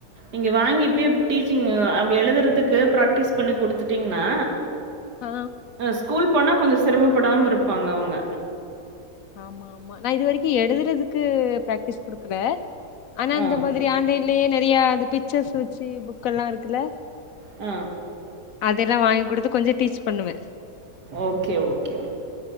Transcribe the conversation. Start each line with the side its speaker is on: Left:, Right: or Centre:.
Right: இங்கே வாங்கி போய் டீச்சிஙு அப்டி எழுதுறதுக்கு ப்ராக்டிஸ் பண்ணி கொடுத்துட்டிங்கன்னா
Left: ஆ
Right: ஸ்கூல் போனால் கொஞ்சம் சிரமப்படாமல் இருப்பாங்க அவங்க
Left: ஆமா ஆமா நான் இது வரைக்கு எழுதுறதுக்கு பிரக்டிஸ் குடுக்கல ஆனா
Right: ஆ,
Left: இந்த மாதிரி ஆன்லைன் லே நெறைய அந்த பிச்சஸ் வச்சு புக்கல்லா இருக்குல
Right: ஆ
Left: அதேதா வாங் குடுத்து கொஞ்சோ டீச் பண்ணுவே
Right: ஒகே ஒகே